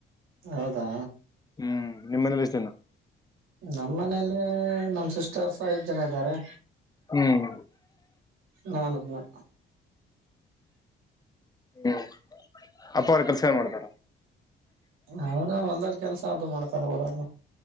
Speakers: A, on the right; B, on the left.
A: ಹೌದಾ
B: ಹ್ಮ್ ನಿಮ್ಮ ಮನೇಲಿ ಎಷ್ಟ್ ಜನ.
A: ನಮ್ಮ್ ಮನೇಲಿ ನಮ್ ಸಿಸ್ಟರ್ಸ ಐದ್ ಜನ ಇದ್ದಾರೆ.
B: ಹ್ಮ್
A: ನಾನು ಒಬ್ಬನೇ.
B: ಹ್ಮ್ ಅಪ್ಪ ಅವರು ಕೆಲಸ ಏನ್ ಮಾಡ್ತಾರ.
A: ಅವರು ಹೊಲ್ದಲ್ಲಿ ಕೆಲಸ ಅದು ಮಾಡ್ತಾರ ಊರಗ.